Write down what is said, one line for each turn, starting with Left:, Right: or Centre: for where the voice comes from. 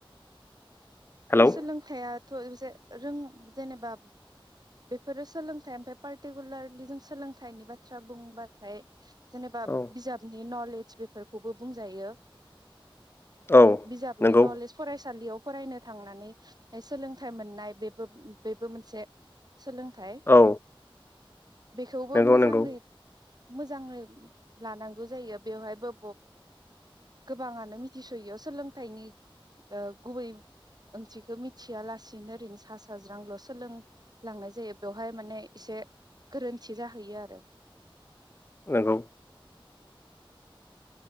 Left: हेलौ
Right: बे सोलोंथाइया थ' रों जेनेबा बेफोरो सोलोंथाइ ओमफ्राय पार्टिकुलारलि जों सोलोंथाइनि बाथ्रा बुंबाथाय जेनेबा
Left: औ
Right: बिजाबनि नलेज बेफोरखौबो बुंजायो
Left: औ
Right: बिजाबनि
Left: नंगौ
Right: नलेज फरायसालियाव फरायनो थांनानै सोलोंथाइ मोननाय बेबो बेबो मोनसे सोलोंथाय
Left: औ
Right: बेखौबो
Left: नंगौ
Right: मोजाङै
Left: नंगौ
Right: मोजाङै लानांगौ जायो बेवहायबो गोबाङानो मिथिस'यैआव सोलोंथाइनि गुबै। ओंथिखौ मिथिया लासिनो ओरैनो सा साज्रांल' सोलोंलांनाय जायो बेवहाय माने एसे गोरोन्थि जाहैयो आरो।
Left: नोंगौ।